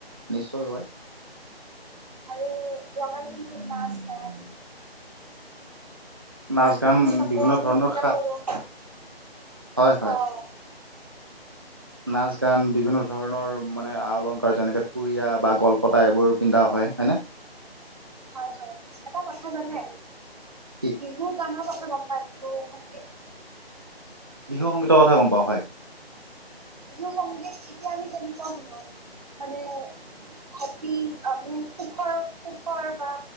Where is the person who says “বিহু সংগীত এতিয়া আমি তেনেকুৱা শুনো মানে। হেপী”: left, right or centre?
Right